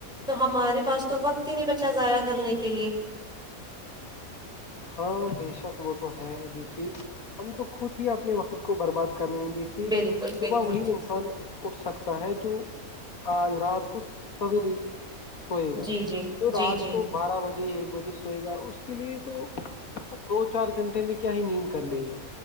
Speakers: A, in the centre; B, on the left.
A: تو ہمارے پاس تو وقت ہی نہیں بچا ضائع کرنے کے لیے
B: ہاں بے شک وہ تو ہے دیکھیے ہم تو خود ہی اپنے وقت کو برباد کر رہے ہیں دیکھیے
A: بالکل
B: صبح
A: بالکل
B: وہی انسان اٹھ سکتا ہے جو آج رات کو سویرے سوئے گا
A: جی جی
B: جو
A: جی
B: رات
A: جی
B: کو بارہ بجے ایک بجے سوئے گا اس کے لیے تو وہ دو چار گھنٹے میں کیا ہی نیند کر لے گا